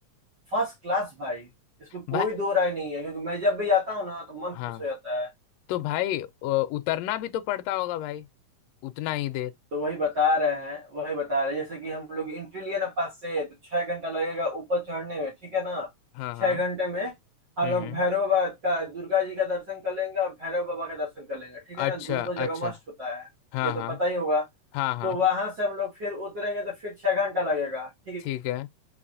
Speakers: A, on the right; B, on the left.
A: फर्स्ट क्लास भाई इसमें
B: भाई
A: कोई दो राय नहीं है क्योंकि मैं जब भी जाता हूँ ना तो मन
B: हाँ
A: खुश हो जाता है।
B: तो भाई अ, उतरना भी तो पड़ता होगा भाई उतना ही देर
A: तो वही बता रहे हैं वही बता रहे हैं जैसे कि हम लोग एंट्री लिए ना पास से तो छह घंटा लगेगा ऊपर चढ़ने में ठीक है ना
B: हाँ
A: छह
B: हाँ
A: घंटे में हम
B: हम्म
A: लोग
B: हम्म
A: भैरव बाबा का दुर्गा जी का दर्शन कर लेंगे और भैरव बाबा का दर्शन कर लेंगे ठीक है
B: अच्छा
A: ना दोनों
B: अच्छा
A: जगह मस्त होता है
B: हाँ
A: ये तो
B: हाँ
A: पता ही होगा
B: हाँ हाँ
A: तो वहां से हम लोग फिर उतरेंगे तो फिर छह घंटा लगेगा ठीक है
B: ठीक है